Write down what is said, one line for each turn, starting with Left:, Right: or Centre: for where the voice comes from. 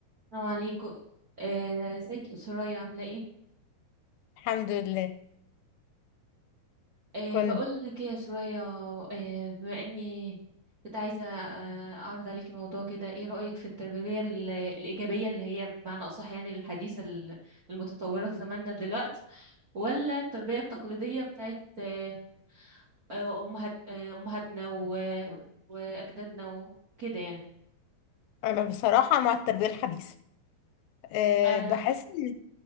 Right: السلام عليكم آه، ازيك يا سرايا عامله ايه
Left: الحمد لله
Right: آه،
Left: كنت
Right: بقول لك ايه يا سرايا آه، بما اني كنت عايزه آه، اعرض عليكي موضوع كده ايه رايك في التربيه ال- الايجابيه اللي هي بمعنى اصح يعني الحديثه ال- المتطوره في زماننا دلوقتي ولا التربيه التقليديه بتاعت آه، آه، امهات آه، امهاتنا و- واجدادنا وكده يعني
Left: انا بصراحه مع التربيه الحديثه أه
Right: آه،
Left: بحس ان